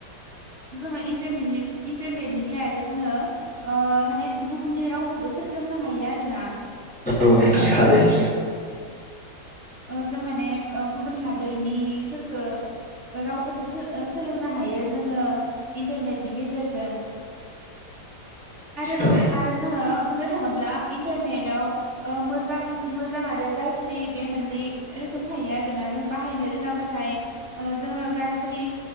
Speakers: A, on the right; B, in the centre.
A: जोङो इन्टारनेटनिफ्राय आरो जोङो माने गुबनि रावखौबो सोलोंनो हायो आर ना
B: औ नोंथां थारैनो।
A: जों माने गुबुन हादोरनिफोरफोरखौ रावफोरखौ सोलोंनो हायो जोङो इन्टारनेटनि गेजेरजों आरो
B: औ
A: आरो जोङो बुंनो थांङोब्ला इन्टारस्टेट आव मोजां मोजां आरो गारजि बे मोननै रोखोम थायो आरोोना जों बाहायनो रोङाबाथाय जोङो गाज्रि